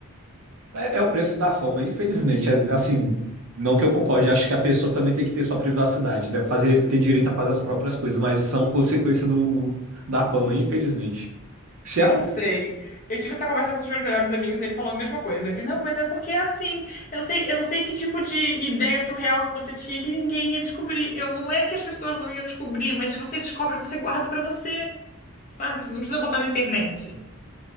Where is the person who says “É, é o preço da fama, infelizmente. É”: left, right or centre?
Right